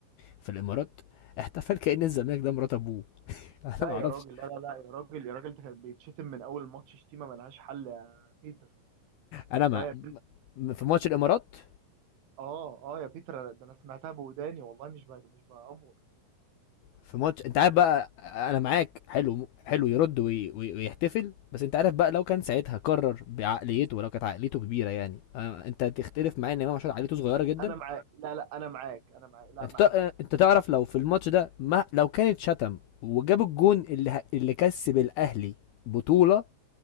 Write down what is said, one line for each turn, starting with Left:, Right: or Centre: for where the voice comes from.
Left: في الامارات احتفل كان الزمالك ده مرات ابوه <laughs> انا
Right: لا
Left: ما اعرفش
Right: يا راجل لا لا لا يا راجل يا راجل ده كان بيتشتم من اول ماتش شتيمه ملهاش حل يا بيتر
Left: انا
Right: لا يا بيتر
Left: ما في ماتش الامارات
Right: اه اه يا بيتر أنا- ده انا سمعتها بوداني والله مش بقى مش بأفور
Left: في ماتش انت عارف
Right: وبعد
Left: بقى انا معاك حلو حلو يرد وي... وي... ويحتفل بس انت عارف بقى لو كان ساعتها قرر بعقليته لو كانت عقليته كبيره يعني اه، انت تختلف معايا ان امام عاشور عقليته صغيره جدا
Right: انا معاك لا لا انا معاك انا معاك لا
Left: انت
Right: معاك
Left: ت... اه،
Right: طبعا
Left: انت تعرف لو في الماتش ده ما لو كانت شتم وجاب الجون اللي ه... اللي كسب الاهلي بطوله